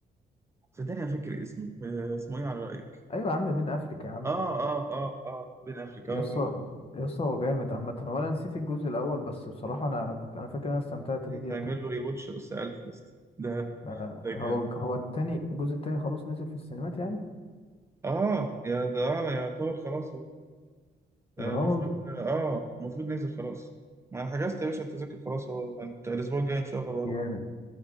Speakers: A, on the right; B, on the left.
A: صدقني انا فاكر اسمه آه، اسمه ايه على رايك
B: ايوه يا عم بين افلك يا عم
A: اه اه اه اه بين افريكا
B: يسطا
A: آه،
B: يسطا هو جامد عامة هو أنا نسيت الجزء الأول بس بصراحة أنا كنت أنا فاكر إن أنا استمتعت
A: ليه
B: بيه
A: تعمل
B: جدا
A: له ريواتش اس 1000 يا اسطى ده
B: آه،
A: ده جامد
B: هو هو التاني الجزء التاني خلاص نزل في السينمات يعني
A: اه يا ده اه يعتبر خلاص اهو آه،
B: يا راجل
A: المفروض اه آه، المفروض ننزل خلاص ما انا حجزت يا باشا التذاكر خلاص اهو انت الاسبوع الجاي ان شاء الله بروح
B: جامد